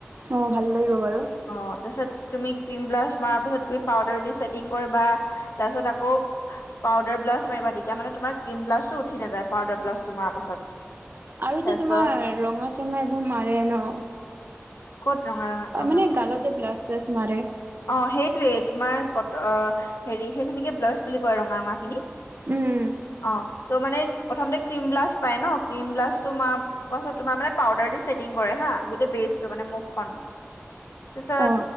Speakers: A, on the right; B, on the left.
A: অ ভাল লাগিব বাৰু।
B: অ তাৰপিছত তুমি ক্ৰিম ব্লাছ মাৰা পাছত তুমি পাউদাৰ দি ছেটিং কৰিবা তাৰ পাছত আকৌ পাউদাৰ ব্লাছ মাৰিবা তেতিয়া মানে তোমাৰ ক্ৰীম ব্লাছটো উঠি নাযায় পাউদাৰ ব্লাছটো মাৰা পাছত।
A: আৰু
B: তাৰপিছত
A: যে তোমাৰ ৰঙা। কিছুমানে এইবোৰ মাৰে ন।
B: ক'ত ৰঙা ৰঙা
A: মানে
B: মাৰে
A: গালত
B: হয়।
A: যে ব্লাছ চাছ মাৰে
B: অ সেইটোৱে তোমাৰ। অ' হেৰি সেইখিনিকে ব্লাছ বুলি কয় ৰঙা ৰঙা খিনি।
A: উম।
B: অ ত মানে প্ৰথম ক্ৰীম ব্লাছ পায় ন, ক্ৰীম ব্লাছ তো মানে মৰাৰ পিছততোমাৰ মানে পাউদাৰ দি চেটিং কৰে হা গোটেই বেচটো মানে মুখখন পিছত।
A: অ